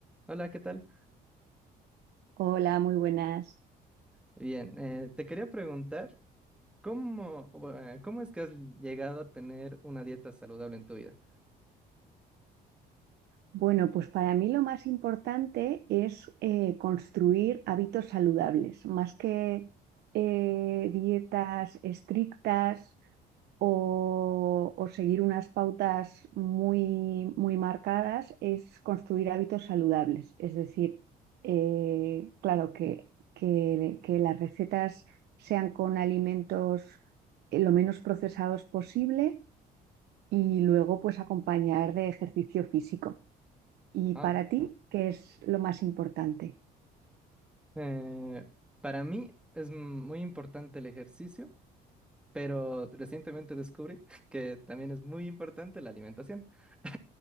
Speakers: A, in the centre; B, on the right (about 75°).
A: Hola, ¿qué tal?
B: Hola, muy buenas.
A: Bien, eh, te quería preguntar, ¿cómo, eh, cómo es que has llegado a tener una dieta saludable en tu vida?
B: Bueno, pues para mí lo más importante es eh, construir hábitos saludables, más que eh, dietas estrictas o, o seguir unas pautas muy, muy marcadas, es construir hábitos saludables. Es decir, eh, claro, que, que- que las recetas sean con alimentos eh, lo menos procesados posible y luego pues acompañar de ejercicio físico. ¿Y
A: Ah,
B: para ti qué es lo más importante?
A: eh, para mí es muy importante el ejercicio, pero recientemente descubrí <laughs> que también es muy importante la alimentación, <laughs>